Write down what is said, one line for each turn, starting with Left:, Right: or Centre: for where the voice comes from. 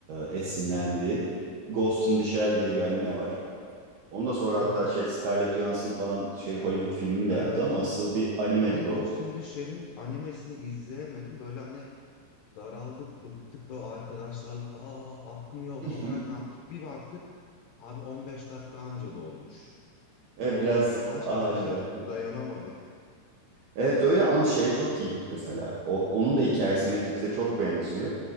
Right: esinlendiği. Ghost in the Shell diye bir anime var. Onu da sonra
Left: Hı
Right: hatta
Left: hı.
Right: şey Scarlett Johansson falan şey Hollywood filmini de
Left: Evet.
Right: yaptı ama asıl bir animedir
Left: Ben
Right: o.
Left: Ghost in the Shell'in animesini izleyemedim. Böyle hani daraldık, bıktık böyle arkadaşlarla aa akmıyor
Right: <laughs>
Left: falan yaptık. Bir baktık abi 15 dakika anca dolmuş.
Right: E,
Left: O
Right: Biraz
Left: yavaş
Right: ağır
Left: akışa
Right: ilerliyor.
Left: dayanamadık.
Right: Evet öyle ama şey çok iyidir mesela. O, onun da hikayesi Matrix'e çok benziyor.